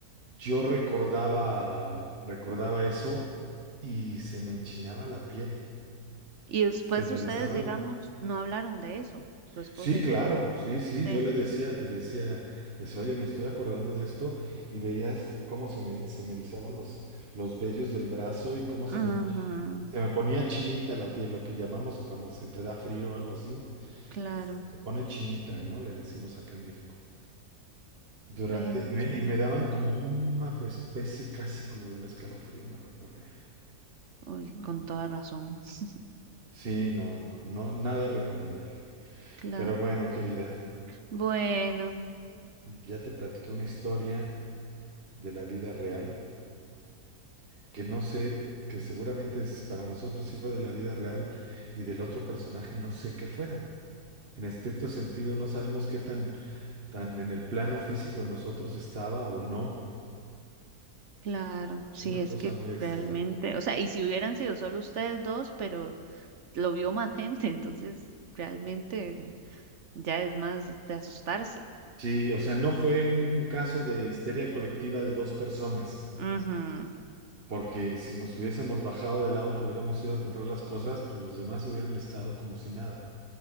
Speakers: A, on the right; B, on the right.
A: yo recordaba, recordaba eso y se me enchinaba la piel,
B: Y después
A: se me
B: ustedes,
A: erizaban
B: digamos, no hablaron de eso, su esposa
A: Sí, claro,
B: y ustedes.
A: sí, sí,
B: Sí,
A: yo le decía, le decía, les oye, me estoy acordando de esto y veías cómo se me, se me erizaban los, los vellos del brazo y cómo se
B: ajá,
A: me, enchi- se me ponía chinita la piel, lo que llamamos cuando se te da frío o algo así,
B: claro,
A: se, se pone chinita, ¿no? Le decimos acá en México. Durante,
B: pero
A: y me,
B: sí.
A: y me daban como una pues, especie casi como de un escalofrío, me recorría.
B: Uy, con toda razón. <laughs>
A: Sí, no, no, no, nada recomendable.
B: Claro.
A: Pero bueno, querida,
B: Bueno,
A: ya te platiqué una historia de la vida real. que no sé, que seguramente es- para nosotros sí fue de la vida real y del otro personaje no sé qué fuera. En estricto sentido, no sabemos qué tan, tan en el plano físico de nosotros estaba o no.
B: claro. Sí,
A: Una
B: es
A: cosa
B: que
A: muy extraña.
B: realmente, o sea, y si hubieran sido solo ustedes dos, pero lo vio más gente, entonces realmente. Ya es más de asustarse.
A: Sí, o sea, no fue un, un caso de histeria colectiva de dos personas,
B: Ujú.
A: porque si nos hubiésemos bajado del auto, hubiéramos ido a comprar las cosas, pues los demás hubieran estado como si nada,